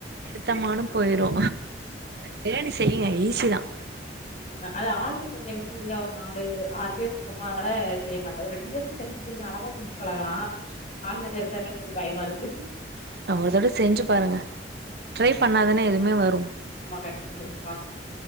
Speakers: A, on the right; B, on the left.
A: எடுத்தமானு போயிரு பிரியாணி செய்யெ ஈ சி தா
B: ஈசிதா அது ஆள்கள் கொஞ்ச இங்க கூடியா ஒரு நாலு ஆறு பேர் இருக்கமோ அதனால செய்ய மாட்ட ஒரு ரெண்டு பேருக்கு செஞ்சு கொஞ்ச அளவா செஞ்சு பழகலா ஆள் நெறைய இருக்கறனாலா கொஞ்ச பயமா இருக்கு
A: அ ஒரு தடவ செஞ்சு பாருங்க ட்ரை பண்ணாதானே எதுமே வரு
B: ஆமா கண்டிப்பா செஞ்சு பாக்கணு